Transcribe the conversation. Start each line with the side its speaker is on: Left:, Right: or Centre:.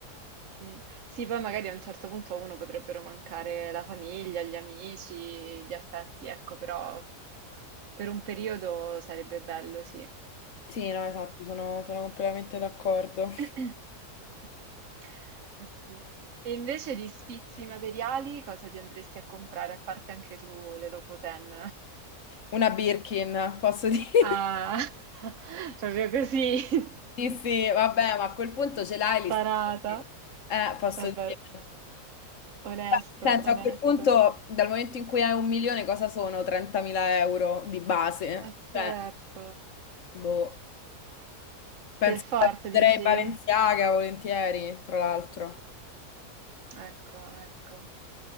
Right: Mm. mm, mm. Sì, poi magari a un certo punto a uno potrebbero mancare la famiglia, gli amici, gli affetti, ecco, però per un periodo sarebbe bello, sì.
Left: Sì, no, esatto, sono, sono completamente d'accordo.
Right: <clears throat> Eh sì. E invece di sfizi materiali, cosa ti andresti a comprare? A parte anche tu le Loboten.
Left: Una Birkin, posso <laughs> dire.
Right: Ah, <laughs> proprio così, <laughs>
Left: Sì, sì, vabbè, ma a quel punto ce l'hai lì.
Right: tarata.
Left: Eh, posso
Right: Vabbè,
Left: dire.
Right: onesto,
Left: Beh, nel senso,
Right: onesto.
Left: a quel punto, dal momento in cui hai un milione, cosa sono 30.000 euro di base?
Right: Ma certo,
Left: Cioè, boh, penso
Right: per forza
Left: che prenderei
Right: dici?
Left: Balenciaga volentieri, tra l'altro.
Right: Ecco, ecco.